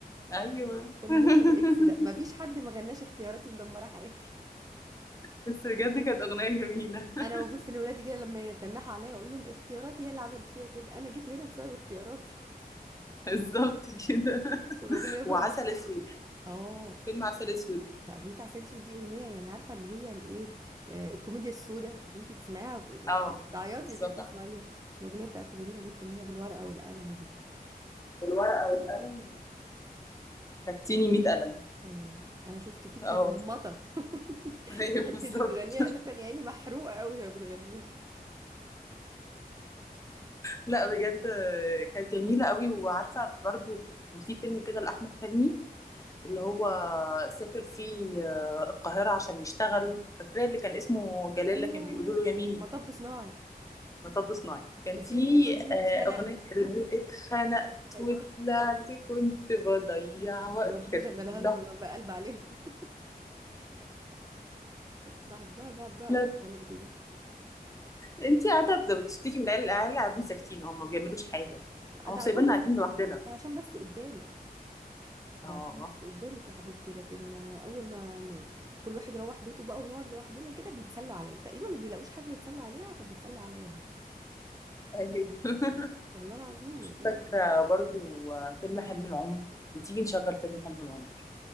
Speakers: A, on the left; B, on the right.
A: ايوه
B: فيلم مستر
A: <laughs>
B: إكس ده ما فيش حد ما غناش اختياراتي مدمرة حياتي
A: بس بجد كانت أغنية جميلة
B: <laughs>
A: <laughs>
B: أنا ببص لولادي كده لما يتنحوا عليا أقول لهم اختياراتي هي اللي عملت فيا كده أنا جيت هنا بسبب اختياراتي
A: بالظبط كده
B: والأغنية برضه
A: وعسل أسود
B: اه
A: فيلم عسل أسود
B: لا اغنيه عسل اسود دي اغنيه يعني عارفه اللي هي الايه آه، الكوميديا السوداء اللي انت تسمعيها يعني
A: اه
B: انت بتعيطي
A: بالظبط
B: وانت بتسمعيها الاغنيه بتاعته جميله جدا اللي هي بالورقه والقلم دي
A: بالورقة والقلم خدتيني 100 قلم
B: ايوه انا شفت فيكي
A: اه
B: مرمطه <laughs>
A: <laughs> ايوه
B: انت
A: بالظبط
B: اللي بتغنيها اساسا يا عيني محروقه قوي وهي بتغنيها
A: لا بجد آه، كانت جميلة قوي وعارفة برضو كان في فيلم كده لأحمد حلمي اللي هو سافر فيه آه، القاهرة عشان يشتغل فاكراه اللي كان اسمه جلال
B: ايوه
A: لكن بيقولوا
B: ايوه
A: له يا ميمي
B: مطب صناعي
A: مطب صناعي كان
B: كان
A: في
B: في اغنيه برضه اللي هي
A: آه،
B: اتخنق
A: أغنية اللي اتخنقت
B: ايوه
A: وطلعت كنت بضيع
B: دي
A: وقت
B: برضه
A: كانت
B: بشغلها
A: بتضحك.
B: لهم لما بقلب عليهم <laughs> بحبها بحبها
A: لا
B: قوي اتخنقت دي
A: انتي قاعدة بتشتكي من العيال العيال قاعدين ساكتين هم ما بيعملوش حاجة هم
B: ده
A: سايبيننا
B: عشان بس
A: قاعدين لوحدنا
B: ده عشان بس قدامك ده
A: اه
B: عشان بس قدامك يا حبيبتي لكن آه، اول ما ن... كل واحد يروح بيته بقى ونقعد لوحدنا كده بيتسلوا عليا تقريبا ما بيلاقوش حاجه يتسلوا عليها فبيتسلوا عليا أنا.
A: ايوه <laughs>
B: والله العظيم يعني
A: فاكرة برضو فيلم حلم العمر ما تيجي نشغل فيلم حلم العمر